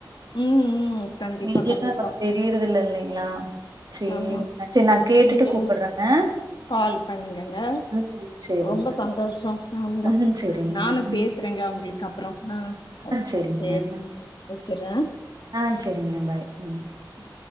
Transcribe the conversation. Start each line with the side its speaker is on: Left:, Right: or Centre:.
Left: ம் ம் கண்டிப்பா
Right: நீ கேக்கு
Left: கண்டிப்பா
Right: <inaudible> தெரியறதுல இல்லைங்களா சரிங்க.
Left: ஆமா
Right: சரி நான் கேட்டுட்டு
Left: நீங்க
Right: கூப்பிடுறேங்க.
Left: கால் பண்ணுங்கங்க
Right: ம் சரிங்க.
Left: ரொம்ப சந்தோஷம் ஆமா
Right: ம் சரிங்க.
Left: நானு
Right: ம்
Left: பேசுறங்க அவங்களுக்கு அப்ரோ ஆ ஓ
Right: சரிங்க.
Left: சேரி
Right: ஆ.
Left: வச்சிற
Right: ஆ சரிங்க பாய் ம்
Left: வே